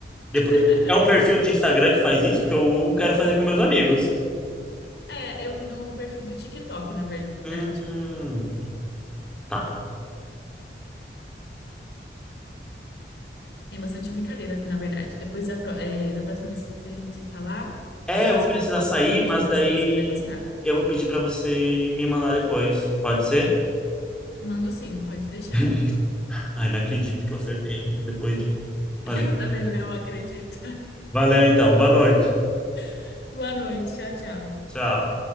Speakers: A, in the centre; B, on the left.
A: Depois,
B: <laughs>
A: é um perfil de Instagram que faz isso, porque eu quero fazer com meus amigos.
B: É, eu vi no perfil do TikTok, na verdade.
A: Hum, hum. tá.
B: Tem bastante brincadeiras, na verdade. Depois da, pro- eh, da próxima vez que a gente falar,
A: É,
B: eu faço
A: eu vou precisar
B: uma outra
A: sair,
B: diferente
A: mas
B: com você.
A: daí
B: Você vai gostar.
A: eu vou pedir pra você me mandar depois. Pode ser?
B: Mando sim, pode deixar.
A: <laughs> Ai, não acredito que eu acertei depois de. Mas
B: <laughs> Eu
A: enfim.
B: também não acredito.
A: Valeu então. Boa noite.
B: <laughs> Boa noite. Tchau, tchau.
A: Tchau.